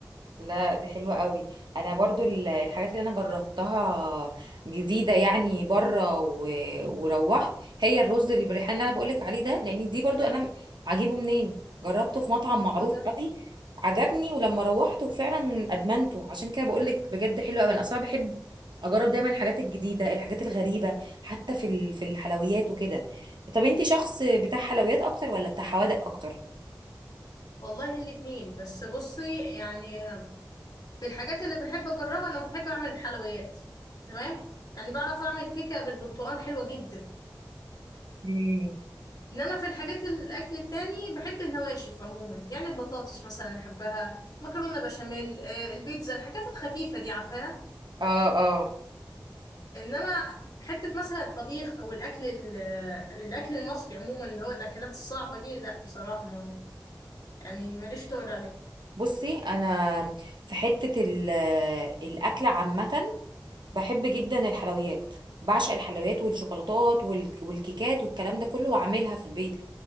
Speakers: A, on the right; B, on the left.
A: لا دي حلوة قوي انا برضو ال- الحاجات اللي انا جربتها جديدة يعني بره و... وروحت هي الرز بالريحان اللي انا بقولك عليه ده لان دي برضو انا م- عاجبه منين جربته في مطعم معروف
B: آه،
A: قوي عجبني ولما روحت وفعلا ادمنته عشان كده بقولك بجد حلو قوي انا اصلا بحب اجرب دايما الحاجات الجديدة الحاجات الغريبة حتى في ال... في الحلويات وكده طب انتي شخص بتاع حلويات اكتر ولا بتاع حوادق اكتر
B: والله الاتنين بس بصي يعني في الحاجات اللي بحب اجربها انا بحب اعمل الحلويات تمام يعني بعرف اعمل كيكه بالبرتقال حلوه جدا
A: مم.
B: اللي انا في الحاجات الاكل التاني بحب النواشف عموما يعني البطاطس مثلا احبها مكرونه بشاميل آه، البيتزا الحاجات الخفيفه دي عارفاها
A: اه اه
B: انما حته مثلا الطبيخ او الاكل ال- آه، الاكل المصري عموما اللي هو الاكلات الصعبه دي لا بصراحه ما يعني ماليش تقول
A: بصي انا في حته ال- الاكل عامه بحب جدا الحلويات بعشق الحلويات والشوكولاتات وال- والكيكات والكلام ده كله واعملها في البيت